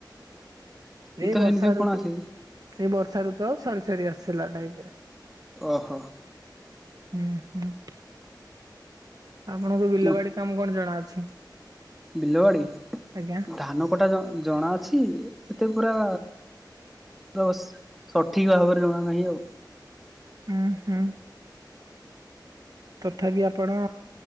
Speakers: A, in the centre; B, on the right.
A: ଶୀତ
B: ଏଇ ବର୍ଷା
A: ହେଇନି ଯୋଉ କଣ
B: ଋତୁ,
A: ଆସେ
B: ଏଇ ବର୍ଷା ଋତୁ ଆଉ ସରି ସରି ଆସିଲା ଟାଇମ୍ ରେ।
A: ଓହୋ!
B: ହୁଁ, ହୁଁ। ଆପଣଙ୍କୁ ବିଲ
A: ମ
B: ବାଡି କାମ କଣ ଜଣା ଅଛି?
A: ବିଲବାଡି,
B: ଆଜ୍ଞା
A: ଧାନ କଟା ଜଣା ଅଛି ଏତେ ପୁରା ତସ୍ ସଠିକ୍ ଭାବରେ ଜଣା ନାହିଁ ଆଉ।
B: ଅଁ, ହଁ। ତଥାବି ଆପଣ